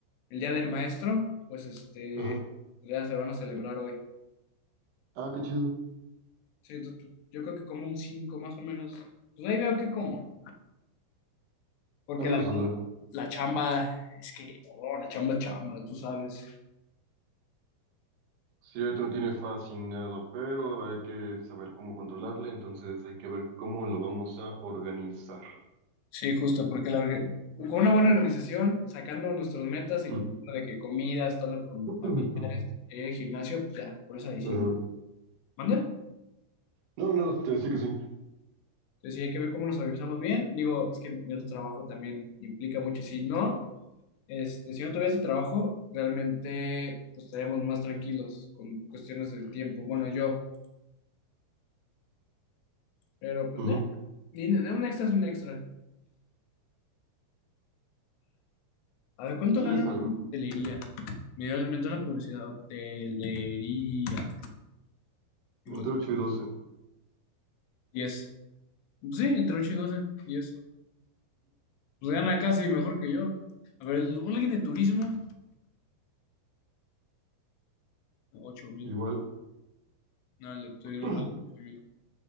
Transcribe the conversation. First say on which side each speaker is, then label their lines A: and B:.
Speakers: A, on the left; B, on the right.
A: el día del maestro, pues este,
B: Ajá.
A: ya se van a celebrar hoy.
B: Ah, qué chido.
A: Sí, entonces, pues, yo creo que como un 5 más o menos. Pues ahí veo que como. Porque
B: Algo
A: la,
B: saldrá.
A: la chamba, es que, oh, la chamba es chamba, tú sabes.
B: Sí, ahorita me tiene fascinado, pero hay que saber cómo controlarle, entonces hay que ver cómo lo vamos a organizar.
A: Sí, justo, porque la orga- con una buena organización, sacando nuestras metas y
B: Ujú.
A: cumpliendo de que comida, estando con
B: <laughs>
A: familiares, eh, gimnasio, pues ya, por eso ahí sí.
B: Ajá.
A: ¿Manda?
B: No, nada, te decía que sí.
A: Entonces sí hay que ver cómo nos organizamos bien. Digo, es que mi otro trabajo también implica mucho. Si no, este, si no tuviera ese trabajo, realmente pues, estaríamos más tranquilos con cuestiones del tiempo. Bueno, yo, pero pues
B: Ujú.
A: eh, ni- ni- un extra es un extra. A ver, ¿cuánto
B: Sí,
A: gana
B: es algo.
A: en hotelería? Me dio, me entró la curiosidad, hotelería. Encontré
B: Entre ocho y 12.
A: diez Sí, entre 8 y 12 diez Pues gana casi mejor que yo. A ver, el- alguien de turismo, ocho mil.
B: Igual.
A: No, el de turismo
B: <clears throat>
A: vale 8 mil.